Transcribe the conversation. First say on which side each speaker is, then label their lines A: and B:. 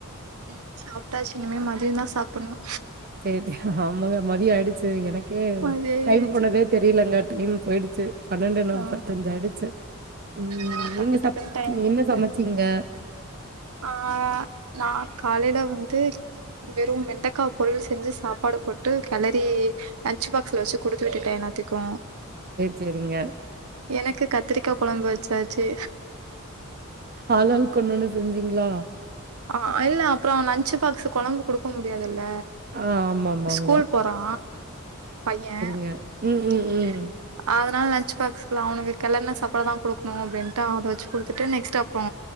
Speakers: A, on the right (about 80°); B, on the right (about 40°).
A: ம் சாப்ட்டாச்சு இனிமே மதியோ தா சாப்புடணு
B: சேரி ஆமாங்க மதியோ ஆயிடுச்சு எனக்கே
A: மதிய ஆயிடுச்சு.
B: டைம் போனதே தெரிலங்க டைம் போயிடுச்சு பன்னெண்டு நாப்பத்தஞ்சு
A: ஆ
B: ஆயிடுச்சு ம்
A: ஆ டக்கு
B: நீங்க
A: டக்குன்னு
B: சாப்
A: டைம்
B: என்ன
A: வருது.
B: சமச்சீங்க
A: ஆ நா காலையில வந்து வெறு வெண்டக்கா பொரியல் செஞ்சு சாப்பாடு போட்டு கெளரீ லன்ச்சு பாக்ஸ்ல வச்சு குடுத்து விட்டுட்டே எல்லாத்திக்கு
B: செரிங்க
A: எனக்கு கத்திரிக்கா கொழம்பு வெச்சாச்சு
B: ஆலாலுக் ஒன்னு ஒன்னு செஞ்சீங்களா
A: ஆ இல்ல அப்பறோ லஞ்ச்சு பாக்ஸு கொழம்பு குடுக்க முடியாதுல்ல
B: ஆ ஆமாமாங்க
A: ஸ்கூல் போறா பைய
B: க ம் ம்
A: <unintelligible>
B: ம்
A: அதனால லன்ச் பாக்ஸ்கலா அவனுக்கு கெலருண்ண சாப்பாடு தா குடுக்கணு அப்டின்ட்டு அத வெச்சு குடுத்துட்டு நெக்ஸ்ட் அப்பறோ